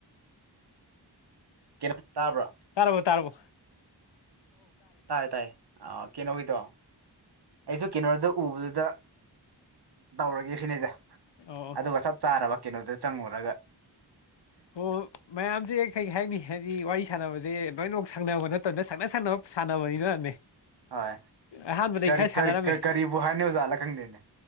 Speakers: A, on the right; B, on the left.
A: ꯀꯩꯅ ꯇꯥꯕ꯭ꯔꯥ
B: ꯇꯥꯔꯕꯣ ꯇꯥꯔꯕꯣ
A: ꯇꯥꯔꯦ ꯇꯥꯏ ꯑ ꯀꯩꯅꯣꯒꯤꯗꯣ ꯑꯩꯁꯨ ꯀꯩꯅꯣꯗ ꯎꯕꯗꯨꯗ ꯇꯧꯔꯒꯦ ꯁꯤꯅꯦꯗ
B: ꯑꯣ
A: ꯑꯗꯨꯒ ꯁꯞ ꯆꯍꯔꯕꯅ ꯆꯪꯉꯨꯔꯒ
B: ꯍꯣꯏ ꯃꯌꯥꯝꯁꯦ ꯀꯩ ꯍꯥꯏꯅꯤ ꯍꯥꯏꯗꯤ ꯋꯥꯔꯤ ꯁꯥꯟꯅꯕꯗ ꯑ ꯂꯣꯏꯅꯃꯛ ꯁꯪꯅꯕ ꯅꯠꯇꯝꯅ ꯁꯪꯅ ꯁꯪꯅꯕ ꯁꯥꯟꯅꯕꯅꯤꯅꯅꯦ
A: ꯍꯣꯏ
B: ꯑꯍꯥꯟꯕꯗꯩ
A: ꯀꯔꯤ
B: ꯈꯔ
A: ꯀꯔꯤ
B: ꯁꯥꯟꯅꯔꯝꯃꯦ
A: ꯀꯔꯤꯕꯨ ꯍꯥꯏꯅꯕꯖꯥꯠꯂ ꯈꯪꯗꯦꯅꯦ